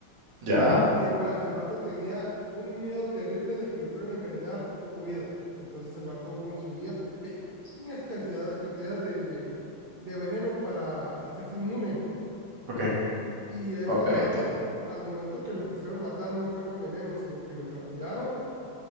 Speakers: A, on the right; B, on the right.
A: ¿Ya?
B: y el, gua- el vato tenía un miedo terrible de que lo fueran a envenenar con comida. Entonces el vato consumía pequeñas cantidades, cantidades de, de, de veneno para hacerse inmune.
A: Ok.
B: Y este
A: Ok,
B: vato,
A: entiendo.
B: al momento que lo quisieron matar, no fue con veneno, sino que lo capturaron